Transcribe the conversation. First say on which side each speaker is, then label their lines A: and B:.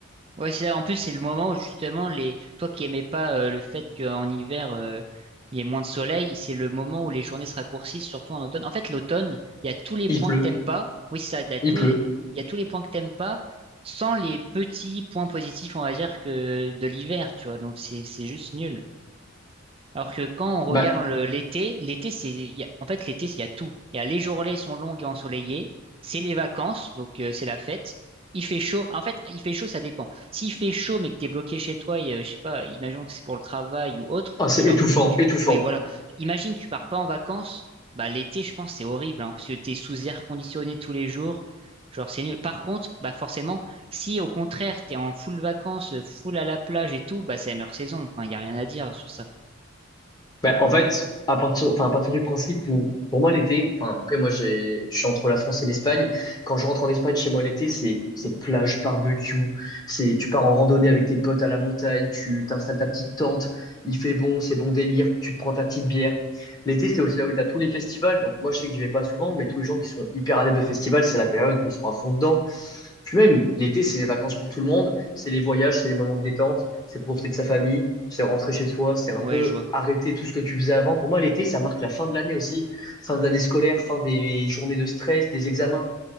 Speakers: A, on the right (about 25°); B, on the left (about 20°).
A: Ouais, c'est ça. en plus c'est le moment où justement les toi qui aimais pas euh, le fait qu'en hiver euh, il y ait moins de soleil, c'est le moment où les journées se raccourcissent, surtout en automne. En fait, l'automne, il y a tous les
B: Il
A: points
B: pleut,
A: que t'aimes pas. Oui, c'est ça, il y a tous
B: il pleut.
A: les il y a tous les points que t'aimes pas sans les petits points positifs, on va dire que de l'hiver, tu vois. Donc c'est c'est juste nul. Alors que quand on regarde
B: Bah,
A: le- l'été, l'été, c'est, il y a- en fait, l'été, il y a tout. Il y a les journées sont longues et ensoleillées, c'est les vacances, donc euh, c'est la fête. Il fait chaud. En fait, il fait chaud, ça dépend. S'il fait chaud, mais que t'es bloqué chez toi, et, euh, je sais pas, imaginons que c'est pour le travail ou autre,
B: ah, c'est
A: mais genre,
B: étouffant,
A: t'es- tu,
B: étouffant.
A: oui, voilà. Imagine, tu pars pas en vacances, bah l'été, je pense, c'est horrible, hein, parce que t'es sous air conditionné tous les jours. Genre, c'est nul. Par contre, bah forcément, si au contraire, t'es en full vacances, euh, full à la plage et tout, bah c'est la meilleure saison. Enfin, il y a rien à dire sur ça.
B: Ben, en fait, à partir, enfin, à partir du principe où, pour moi, l'été, enfin, après, moi, j'ai, je suis entre la France et l'Espagne. Quand je rentre en Espagne, chez moi, l'été, c'est, c'est plage, barbecue, c'est, tu pars en randonnée avec tes potes à la montagne, tu t'installes ta petite tente, il fait bon, c'est bon délire, tu te prends ta petite bière. L'été, c'est aussi là où tu as tous les festivals. Donc, moi, je sais que j'y vais pas souvent, mais tous les gens qui sont hyper adeptes de festivals, c'est la période où ils sont à fond dedans. Puis même, l'été, c'est les vacances pour tout le monde. C'est les voyages, c'est les moments de détente, c'est profiter de sa famille, c'est rentrer chez soi, c'est un
A: Ouais,
B: peu
A: je vois.
B: arrêter tout ce que tu faisais avant. Pour moi, l'été, ça marque la fin de l'année aussi, fin de l'année scolaire, fin des journées de stress, des examens.